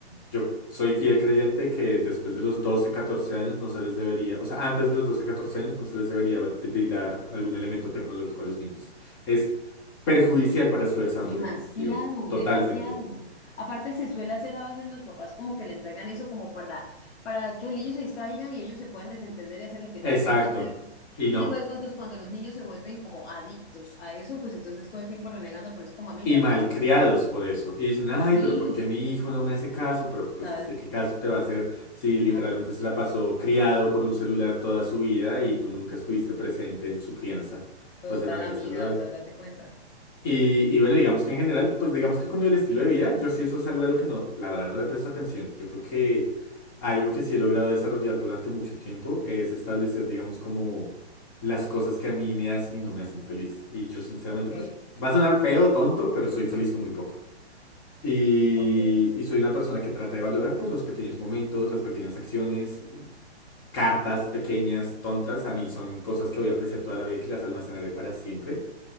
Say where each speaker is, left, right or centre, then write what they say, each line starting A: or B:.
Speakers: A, on the left; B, on the left.
A: yo soy fiel creyente que después de los 12 14 años no se les debería, o sea, antes de los 12 14 años no se les debería de brindar algún elemento tecnológico a los niños. Es perjudicial para su desarrollo
B: Demasiado,
A: cognitivo, totalmente.
B: demasiado. Aparte se suele hacer a veces los papás como que le entregan eso como para, para que el niño se distraiga y ellos se puedan desentender y hacer lo que
A: Exacto.
B: tengan que hacer.
A: Y
B: Y
A: no.
B: luego entonces cuando los niños se vuelven como adictos a eso, pues entonces todo el tiempo renegando, pero es como amiga,
A: Y malcriados
B: pero
A: por eso. Y dicen, ay,
B: sí,
A: pero ¿por qué mi hijo no me hace caso? Pero pues
B: claro,
A: así, ¿qué caso te va a hacer si literalmente
B: amiga,
A: se la pasó criado por un celular toda su vida y tú nunca estuviste presente en su crianza,
B: total
A: pues de manera
B: amiga,
A: saludable?
B: o sea, date cuenta.
A: Y, y bueno, digamos que en general, pues digamos que con lo del estilo de vida, yo sí eso es algo a lo que no, la verdad no le presto atención. Yo creo que algo que sí he logrado desarrollar durante mucho tiempo es establecer, digamos, como las cosas que a mí me hacen y no me hacen feliz. Y yo sinceramente,
B: Ok,
A: pues va a sonar feo, tonto, pero soy feliz con muy poco. Y,
B: ok,
A: y soy una persona que trata de valorar, pues, los pequeños momentos, las pequeñas acciones, cartas pequeñas, tontas, a mí son cosas que voy a apreciar toda la vida y que las almacenaré para siempre.